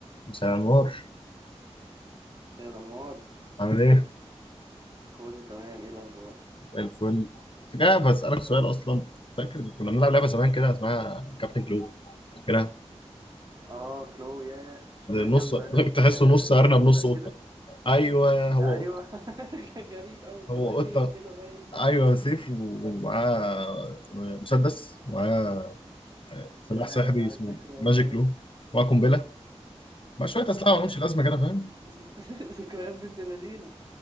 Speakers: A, on the left (about 50°); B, on the right (about 40°).
A: مساء النور
B: يا الأنوار
A: عامل ايه؟
B: كله تمام ايه الأخبار
A: زي الفل كنت جاي بسألك سؤال اصلا فاكر كنا بنلعب لعبة زمان كده اسمها كابتن كلو كده
B: اه كلو ياه مش ده اللي
A: نص
B: كان
A: <laughs>
B: بيبقى لابس
A: تحسه
B: آه،
A: نص ارنب
B: أزرق
A: نص قطة
B: كده
A: ايوه هو
B: أيوه
A: قطة
B: <laughs> كان غريب أوي كان
A: هو
B: معاه سيف
A: قطة
B: كده باين صح
A: ايوه سيف و- ومعاه مسدس ومعاه سلاح
B: يا لهوي
A: سحري
B: على
A: اسمه
B: الذكريات
A: ماجيك كلو ومعاه قنبلة مع شوية أسلحة
B: أوف
A: مالهمش لازمة كده فاهم؟
B: ذ- <laughs> ذكريات بنت اللذينة